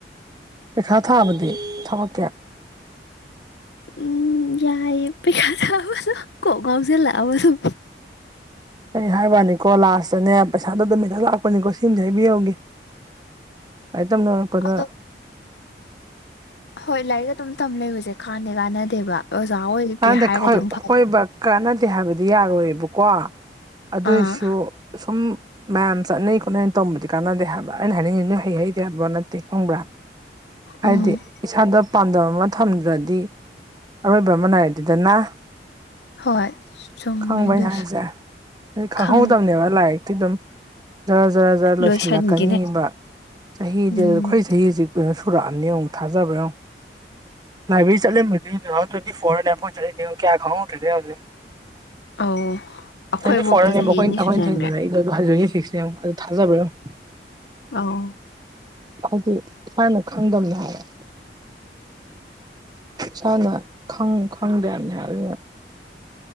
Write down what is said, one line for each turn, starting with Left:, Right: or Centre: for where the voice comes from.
Right: ꯄꯩꯈꯥ ꯊꯥꯑꯕꯗꯤ ꯊꯕꯛ ꯀꯌꯥ
Left: ꯎꯝ ꯌꯥꯏ ꯄꯩ ꯈꯥꯊꯕꯥꯗꯣ ꯀꯣꯀꯉꯥꯎꯖꯤꯂꯛ ꯑꯕꯥ ꯁꯨꯝ
Right: ꯑꯩ ꯍꯥꯏꯕꯅꯤꯀꯣ ꯂꯥꯁꯇꯅꯦ ꯄꯩꯁꯥꯗꯣ ꯑꯗꯨꯝ ꯃꯤꯊꯪ ꯂꯥꯛꯄꯅꯤꯀꯣ ꯁꯤꯃꯁ ꯍꯥꯏꯕꯤꯔꯎꯒꯦ ꯑꯩ ꯇꯝ ꯅꯨꯡꯉꯛꯄꯗ
Left: ꯑꯗꯣ ꯍꯣꯏ ꯂꯥꯏꯔꯤꯛ ꯑꯗꯨꯝ ꯇꯝ ꯂꯩꯕꯁꯦ ꯀꯥꯟꯅꯩ ꯀꯥꯟꯅꯗꯦꯕ ꯑꯣꯖꯥ ꯑꯣꯏꯒꯦ
Right: ꯀꯥꯟꯅꯗꯦ
Left: ꯍꯥꯏꯔꯒꯗꯤ ꯑꯃꯨꯛ ꯐꯕ
Right: ꯍꯣꯏꯕ ꯀꯥꯟꯅꯗꯦ ꯍꯥꯏꯕꯗꯤ ꯗꯤ ꯌꯥꯔꯣꯏꯌꯦꯕꯀꯣ ꯑꯗꯨꯏꯁꯨ
Left: ꯑꯥ
Right: ꯁꯨꯝ ꯃꯌꯥꯝ ꯆꯠꯅꯩ ꯈꯣꯠꯅꯩ ꯇꯝꯕꯗꯤ ꯀꯥꯟꯅꯗꯦ ꯍꯥꯏꯕ ꯑꯩꯅ ꯍꯥꯏꯅꯤꯡꯉꯤ ꯅꯣꯏ ꯍꯩ ꯍꯩꯇꯦ ꯍꯥꯏꯕ ꯅꯠꯇꯦ ꯈꯪꯕ꯭ꯔꯥ ꯍꯥꯏꯗꯤ
Left: ꯎꯝ
Right: ꯏꯁꯥꯗ ꯄꯥꯟꯗꯝ ꯑꯃ ꯊꯝꯗ꯭ꯔꯗꯤ ꯑꯔꯣꯏꯕ ꯃꯃꯅ ꯍꯥꯏ ꯑꯗꯨꯗꯅ
Left: ꯍꯣꯏ ꯆꯨꯝꯃꯦ
Right: ꯈꯡꯕꯔꯥ
Left: ꯑꯗꯨꯁꯨ
Right: ꯑꯩꯅꯥ ꯍꯥꯏꯁꯦ ꯍꯥꯏ ꯈꯡꯍꯧꯗꯕꯅꯦꯕ
Left: ꯈꯪ
Right: ꯂꯥꯏꯔꯤꯛ ꯊ ꯑꯗꯨꯝ ꯖꯔ ꯖꯔ ꯖꯔ ꯂꯣꯏꯁꯤꯜꯂꯛꯀꯅꯤꯕ
Left: ꯂꯣꯏꯁꯤꯟꯒꯦꯅꯦ
Right: ꯆꯍꯤꯗꯤꯜ
Left: ꯎꯝ
Right: ꯑꯩꯈꯣꯏ ꯆꯍꯤꯁꯤ ꯀꯨꯏꯔꯥ ꯁꯨꯔꯛꯑꯝꯅꯤ ꯌꯪꯡ ꯊꯥꯖꯕꯔꯥ ꯌꯪꯡ ꯂꯥꯏꯕꯦꯔꯤ ꯆꯠꯂꯑꯃꯕꯅꯥ ꯀꯩꯅꯣ ꯇꯧꯏ ꯐꯣꯔꯥꯏꯝ ꯆ ꯀꯌꯥ ꯈꯪꯉꯔꯦ ꯑꯗꯨꯦ
Left: ꯑꯧ ꯑꯩꯈꯣꯏꯕꯣꯛꯇ
Right: ꯍꯥꯏꯗꯤ ꯐꯣꯔꯕ
Left: ꯆꯍꯤ
Right: ꯑꯩꯈꯣꯏ
Left: ꯑꯅꯤ
Right: ꯑꯩꯈꯣꯏꯅ
Left: ꯁꯨꯖꯟꯈ꯭ꯔꯦ
Right: ꯊꯦꯡꯅꯔꯛꯏꯗ ꯍꯧꯖꯤꯛ ꯊꯤꯁꯦꯝ ꯑꯗꯨ ꯊꯥꯖꯕ꯭ꯔ ꯌꯦꯡꯎ꯫
Left: ꯑꯎ
Right: ꯍꯧꯖꯤꯛ ꯏꯁꯥꯅ ꯈꯪꯗꯝꯅꯤ ꯍꯥꯏꯕ꯫ ꯏꯁꯥꯅ ꯈꯪ ꯈꯪꯗꯦ ꯍꯥꯕꯅꯤ ꯍꯥꯏꯕ ꯗꯨꯒ